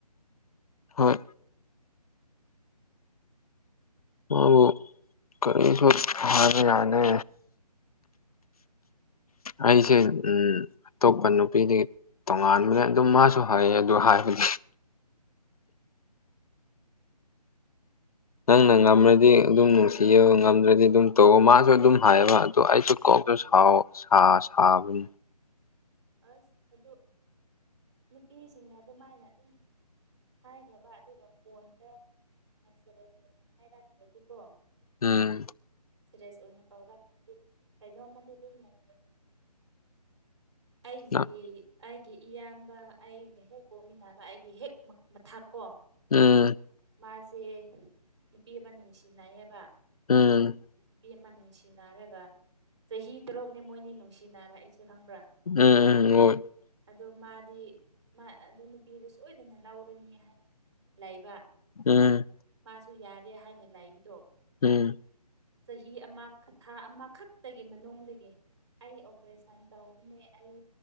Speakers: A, on the left; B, on the right.
A: ꯍꯣꯏ ꯕꯨ ꯀꯔꯤꯁꯨ ꯐꯔ ꯌꯥꯅꯦ
B: <inaudible>
A: ꯑꯩꯁꯦ ꯎꯝ ꯑꯇꯣꯞꯄ ꯅꯨꯄꯤꯗꯤ ꯇꯣꯉꯥꯟꯕꯅꯦ ꯑꯗꯨꯝ ꯃꯥꯁꯨ ꯍꯥꯏꯌꯦ ꯑꯗꯨ ꯍꯥꯏꯕꯅꯦ ꯅꯪꯅ ꯉꯝꯃꯗꯤ
B: ꯑꯗꯨ
A: ꯑꯗꯨꯝ ꯅꯨꯡꯁꯤ ꯤ ꯉꯝꯗ꯭ꯔꯗꯤ ꯑꯗꯨꯝ ꯇꯧ ꯃꯥꯁꯨ ꯑꯗꯨꯝ ꯍꯥꯏꯌꯦꯕ ꯑꯗꯨ ꯑꯩꯁꯨ ꯀꯣꯛꯁꯨꯥꯎꯕꯅꯤ
B: <inaudible> ꯑꯁ ꯑꯗꯨ ꯅꯨꯄꯤꯁꯤꯡꯅ ꯑꯗꯨꯃꯥꯏꯅ ꯑꯗꯨꯝ ꯍꯥꯏꯈ꯭ꯔꯕ ꯑꯗꯨꯒ ꯐꯣꯟꯗ ꯃꯦꯁꯦꯖ ꯑꯣꯏꯅ ꯍꯥꯏꯔꯈ꯭ꯔꯗꯤꯀꯣ
A: ꯍꯝ
B: ꯁꯦꯔꯤꯁ ꯑꯣꯏꯅ ꯄꯥꯎꯔꯥꯛꯂ ꯀꯩꯅꯣꯝꯃꯗꯤ ꯑꯗꯨꯝ ꯂꯩ ꯑꯩꯒꯤ
A: ꯎꯝ
B: ꯑꯩꯒꯤ ꯏꯌꯥꯝꯕ ꯑꯩꯒ ꯍꯦꯛ ꯄꯣꯛꯃꯤꯟꯅꯕ ꯑꯩꯒꯤ ꯍꯦꯛ ꯃꯊꯛꯀꯣ
A: ꯎꯝ
B: ꯃꯥꯁꯦ ꯅꯨꯄꯤ ꯑꯃ ꯅꯨꯡꯁꯤꯅꯑꯕ
A: ꯎꯝ
B: ꯅꯨꯄꯤ ꯑꯃ ꯅꯨꯡꯁꯤꯅꯔꯒ ꯆꯍꯤ ꯇꯔꯨꯛꯅꯤ ꯃꯣꯏꯅꯤ ꯅꯨꯡꯁꯤ ꯅꯥꯔ ꯑꯩꯁꯦ ꯈꯪꯕ꯭ꯔꯥ
A: ꯎꯝ ꯎꯝ ꯑꯣꯏꯣꯏ
B: ꯑꯗꯣ ꯃꯥꯗꯤ ꯑꯗꯨ ꯅꯨꯄꯤꯗꯨ ꯁꯣꯏꯗꯅ ꯂꯧꯔꯅꯤ ꯍꯥꯏꯅ ꯂꯩꯕ
A: ꯎꯝ
B: ꯑꯗꯨ ꯌꯥꯔꯦ ꯍꯥꯏꯅ ꯂꯥꯛꯏꯕꯗꯣ
A: ꯎꯝ
B: ꯆꯍꯤ ꯑꯃ ꯊꯥ ꯑꯃꯈꯛꯇꯒꯤ ꯃꯅꯨꯡꯗꯒꯤ ꯑꯩ ꯑꯣꯄꯔꯦꯁꯟ ꯇꯧꯕꯅꯦ ꯑꯩ